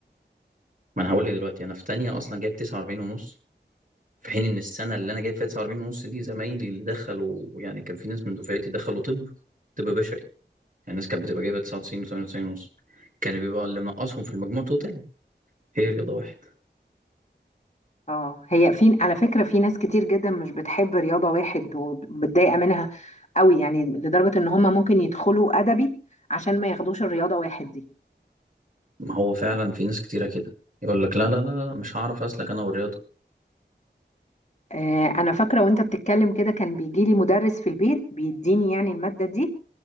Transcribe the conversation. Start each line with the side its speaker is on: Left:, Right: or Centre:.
Right: ما انا هقول لك دلوقتي انا في تانية اصلا جايب 49 ونص في حين ان السنه اللي انا جايب فيها 49 ونص دي زمايلي اللي دخلوا يعني كان في ناس من دفعتي دخلوا طب طب بشري يعني الناس كانت بتبقى جايبه 99 و98 ونص كان بيبقى اللي منقصهم في المجموع توتال هي رياضه واحد
Left: اه هي في على فكرة في ناس كتير جدا مش بتحب رياضة واحد ومتضايقة منها قوي يعني لدرجة ان هم ممكن يدخلوا ادبي عشان ما ياخدوش الرياضة واحد دي
Right: ما هو فعلا في ناس كتيره كده يقول لك لا لا لا لا مش هعرف اسلك انا والرياضه
Left: آه انا فاكرة وانت بتتكلم كده كان بيجي لي مدرس في البيت بيديني يعني المادة دي